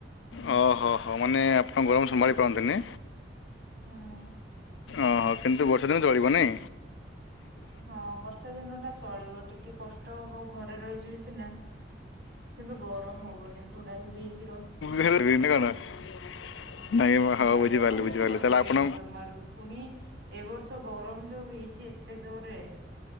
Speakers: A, on the left; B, on the right.
A: ଓ ହ ହୋ ମାନେ ଆପଣଙ୍କ ଗରମ ସମ୍ଭାଳି ପାରନ୍ତିନି।
B: ହୁଁ
A: ଓହୋ କିନ୍ତୁ ବର୍ଷା ଦିନ ଚଳିବ ନାଇଁ?
B: ହଁ ବର୍ଷା ଦିନ ଟା ଚଳିବ ଟିକେ କଷ୍ଟ ହବ ଘରେ ରହିଯିବି ସିନା କିନ୍ତୁ ଗରମ ହବନି ଘୋଡା ଘୋଡିହେଇକି
A: ଖ ବିନ କଣ <unintelligible> ନାଇଁ
B: ହଁ
A: ବୁଝିପାରିଲି
B: ଗରମରେ
A: ବୁଝିପାରିଲି
B: ମୁଁ ରହିପାରିବିନି
A: ତାହେଲେ ଆପଣ
B: ଜମାରୁ ପୁଣି ଏ ବର୍ଷ ଗରମ ଯୋଉ ହେଇଚି ଏତେ ଜୋରରେ